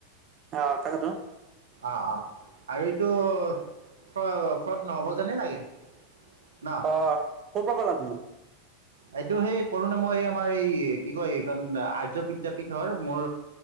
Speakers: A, on the right; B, on the right.
A: অ তাকেটো
B: অ অ। আৰু এইটো। ফ ফ্ৰদ নহ'ব জানে লাগে। ন
A: অ ক'ৰ পা পালা তুমি
B: এইটো সেই কলো ন মই আমাৰ এই কি কয় এইখন আৰ্য বিদ্যাপীঠৰ মোৰ